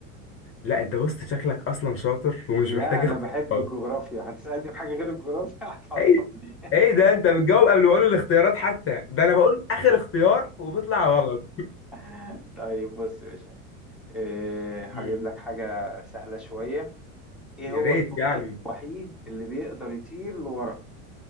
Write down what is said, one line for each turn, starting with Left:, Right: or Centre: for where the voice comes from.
Left: لا انت بص شكلك اصلا شاطر ومش
Centre: لا
Left: محتاج
Centre: أنا
Left: اختيارات
Centre: بحب الجغرافيا هتسألني في حاجة غير الجغرافيا هتعطلني
Left: ايه ايه ده انت بتجاوب قبل ما اقول الاختيارات حتى ده انا بقول اخر اختيار وبيطلع غلط
Centre: <laughs> طيب بص يا باشا إيه، هجيب
Left: مم.
Centre: لك حاجة سهلة شوية ايه
Left: يا
Centre: هو
Left: ريت
Centre: الطائر
Left: يعني
Centre: الوحيد اللي بيقدر يطير لورا